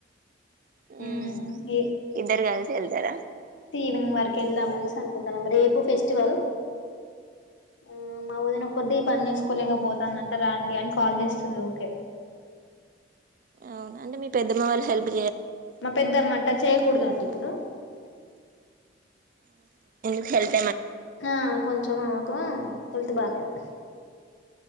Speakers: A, on the right; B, on the left.
A: ఉమ్
B: మ్మ్ ఏ
A: ఇద్దరు కలిస వెల్తారా
B: నింగ్ వరకి వెళ్దామని అనుకుంటున్నాం రేపు ఫెస్టివల్ ఆ మా ఊదని ఒక పద్దది ఈ పని చేసుకోలేక పోతుందింట రాండి అని కాల్ చేస్తుంది యుకే
A: అవునా అండి మీ పెద్దమ్మ వాళ్ళ హల్ప్
B: మా పెద్దమ్మంట చేయకూడద అంటడి ఇప్పుడు
A: చెయ్
B: ఆ కొంచెం ఆమెకు వెళ్తు బాలేదు